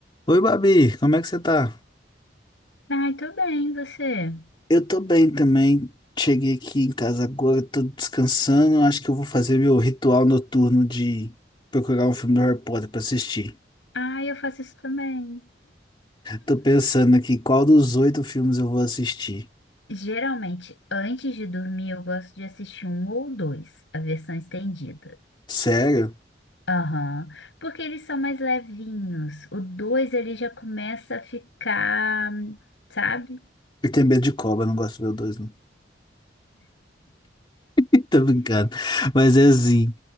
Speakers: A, on the left (about 25°); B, on the left (about 80°).
A: Oi, Babi, como é que você tá?
B: Ai, tô bem, você?
A: Eu tô bem também. Cheguei aqui em casa agora, tô descansando. Acho que eu vou fazer meu ritual noturno de procurar um filme do Harry Potter pra assistir.
B: Ai, eu faço isso também.
A: Tô pensando aqui qual dos oito filmes eu vou assistir.
B: Geralmente, antes de dormir, eu gosto de assistir um ou dois, a versão estendida.
A: Sério?
B: Aham. Porque eles são mais levinhos. O dois, ele já começa a ficar, sabe?
A: Eu tenho medo de cobra, não gosto de ver o dois, não. <laughs> Tô brincando. Mas é assim.